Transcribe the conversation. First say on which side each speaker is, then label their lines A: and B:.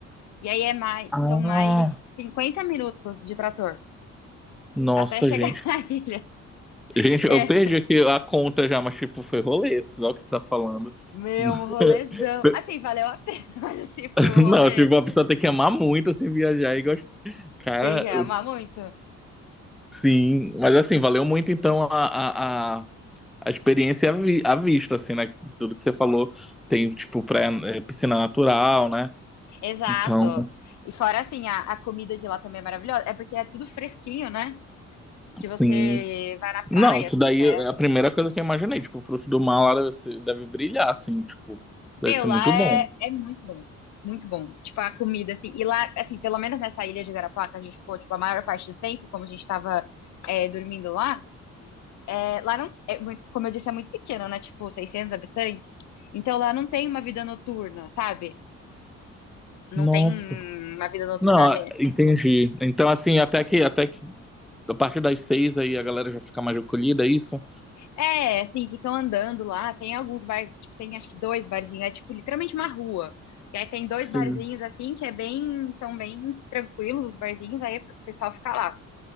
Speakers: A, on the left; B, in the centre.
A: E aí é mais,
B: Ah,
A: são mais 50 minutos de trator
B: nossa,
A: até chegar
B: gente.
A: <laughs> na ilha.
B: Gente, eu
A: É,
B: perdi aqui a conta já, mas tipo, foi rolê, só que tá falando.
A: meu,
B: <laughs>
A: um rolezão. Assim, valeu a pena, <laughs> mas assim, foi
B: <laughs>
A: um rolê.
B: Não, tipo, a pessoa tem que amar muito, assim, viajar e gostar. Cara,
A: Tem que amar
B: eu-
A: muito.
B: sim. Mas, assim, valeu muito, então, a, a, a, a experiência à vi- à vista, assim, né? Tudo que você falou tem, tipo, pré, eh, piscina natural, né?
A: Exato.
B: Então,
A: E fora assim, a, a comida de lá também é maravilhosa. É porque é tudo fresquinho, né? Que
B: sim.
A: você vai na praia,
B: Não, isso
A: assim,
B: daí
A: pega.
B: é a primeira coisa que eu imaginei. Tipo, o fruto do mar lá deve, ser- deve brilhar, assim, tipo,
A: Meu,
B: deve ser
A: lá
B: muito
A: é,
B: bom.
A: é muito bom. Muito bom. Tipo, a comida, assim. E lá, assim, pelo menos nessa ilha de Garapaca, a gente ficou, tipo, a maior parte do tempo, como a gente tava é, dormindo lá, é, lá não. É muito, como eu disse, é muito pequeno, né? Tipo, 600 habitantes. Então lá não tem uma vida noturna, sabe? Não
B: Nossa.
A: tem uma vida noturna
B: Não, entendi. Então, assim, até que, até que a partir das seis aí a galera já fica mais acolhida é isso?
A: É, assim, ficam andando lá. Tem alguns bares, tipo, tem acho que dois barzinhos, é tipo literalmente uma rua. E aí tem dois
B: Sim.
A: barzinhos assim que é bem, são bem tranquilos os barzinhos, aí o pessoal fica lá.